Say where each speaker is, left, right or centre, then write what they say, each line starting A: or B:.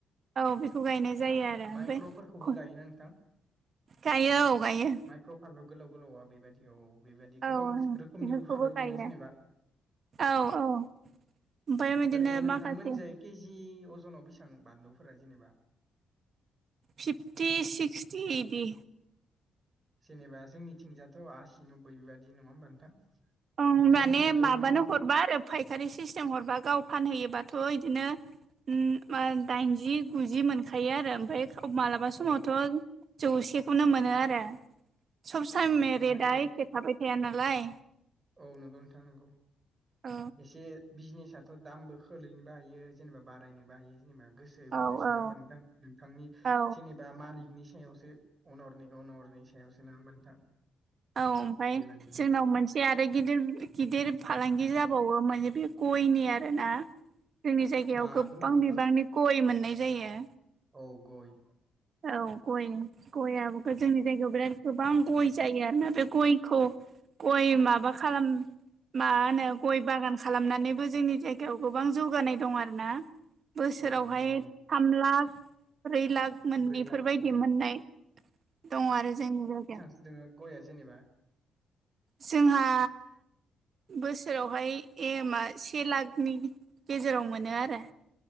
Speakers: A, on the right; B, on the right.
A: औ बेखौ गायनाय जायो आरो
B: माइक्र'फोरखौबो
A: ओमफाय <unintelligible>
B: गायोना नोंथां
A: गायो औ गायो।
B: माइक्र' फानलौ गोलाव गोलावा बेबायदिआव बेबायदि
A: औ
B: गोबां
A: बेफोरखौबो
B: रोखोमनिबो फानलौ दोङो
A: गायो
B: जेनेबा।
A: औ औ ओमफ्राय बिदिनो
B: ओरैनो नोंथांमोन
A: माखासे
B: जाय केजि अजनाव बेसां बानलुफोरा जेनेबा?
A: फिफ्टि सिक्सटि इदि।
B: जेनेबा जोंनिथिंजाथ' आसि नबबै बेबायदि नङा होमबा नोंथां?
A: ओं
B: नोंथांमोनजोंथ'
A: माने माबानो
B: मेन
A: हरबा आरो फायखारि सिस्टेम हरबा गाव फानहैयोबाथ' इदिनो उम दाइनजि गुजि मोनखायो आरो ओमफ्राय खौ मालाबा समावथ'
B: औ
A: जौसेखौनो मोनो आरो। सब सायममे
B: औ नोंथांमोनजों
A: रेदआ एखे थाबाय थाया नालाय
B: औ नोंगौ नोंथां नंगौ।
A: औ
B: एसे बिजनेसआथ' दामबो खोलैनोबो हायो जेनेबा बारायनोबो हायो। जेनेबा गोसो मथेस
A: औ
B: नङा होमबा नोंथां नोंथांनि
A: औ
B: जेनेबा मालिकनि सायावसो अनरनि अनरनि सायावसो नङा होमबा नोंथां।
A: औ ओमफाय
B: बेबायदिनो
A: जोंनाव
B: आरो
A: मोन जे आरो गिदिर गिदिर फालांगि जाबावोमोन जे बे गयनि आरो ना। जोंनि जायगायाव
B: मा
A: गोबां
B: बुंदों नोंथां
A: बिबांनि गय मोननाय जायो।
B: औ गय।
A: औ गयनि गयाबोथ' जोंनि जायगायाव बिराद गोबां गय जायो आरोना बे गयखौ गय माबा खालाम मा होनो गय बागान खालामनानैबो जोंनि जायगायाव गोबां जौगानाय दं आरो ना। बोसोरावहाय
B: औ नोंथां औ
A: थाम लाख ब्रै लाख। मोननै
B: ब्रै
A: इफोरबायदि
B: लाख औ
A: मोननाय दङ आरो जोंनि जायगायाव।
B: जोङो गया जेनेबा
A: जोंहा बोसोरावहाय एमआ से लाखनि गेजेराव मोनो आरो।